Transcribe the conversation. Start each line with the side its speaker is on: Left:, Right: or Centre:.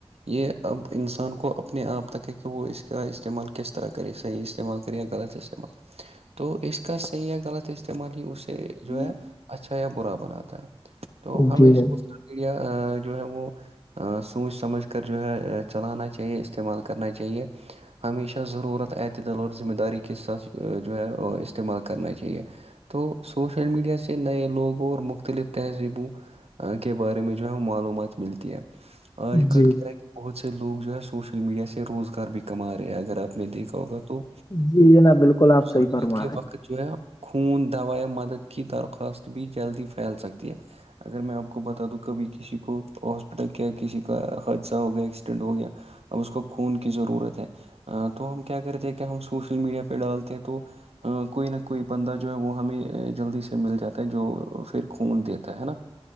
Right: یہ اب انسان کو اپنے آپ تک ہے کہ وہ اس کا استعمال کس طرح کرے صحیح استعمال کر غلط استعمال
Left: <unintelligible>
Right: تو اس کا صحیح ہے غلط استعمال ہی اسے جو
Left: جی
Right: ہے اچھا یا برا بناتا ہے تو
Left: جی
Right: ہمیں
Left: جناب
Right: سوشل میڈیا جو ہے وہ سوچ سمجھ کر جو ہے چلانا چاہیے استعمال کرنا چاہیے ہمیشہ ضرورت اعتدل اور ذمہ داری کے ساتھ جو ہے استعمال کرنا چاہیے تو سوشل میڈیا سے نئے لوگوں اور مختلف تہذیبوں کے بارے میں جو ہے وہ معلومات ملتی ہے آج کل
Left: جی
Right: کیا ہے بہت سے لوگ جو ہے سوشل میڈیا سے روزگار بھی کما رہے ہیں اگر آپ نے دیکھا ہوگا تو
Left: جی جناب بالکل آپ
Right: ضرورت
Left: صحیح فرما
Right: کے
Left: رہے ہیں
Right: وقت جو ہے خون دوایا مدد کی درخواست بھی جلدی پھیل سکتی ہے اگر میں آپ کو بتا دوں کبھی کسی کو ہاسپٹل کیا کسی کا حادثہ ہو گیا ایکسیڈنٹ ہو گیا اب اس کو خون کی ضرورت ہے تو ہم کیا کرتے ہیں کہ ہم سوشل میڈیا پہ ڈالتے ہیں تو کوئی نہ کوئی بندہ جو ہے وہ ہمیں جلدی سے مل جاتا جو پھر خون دیتا ہے نا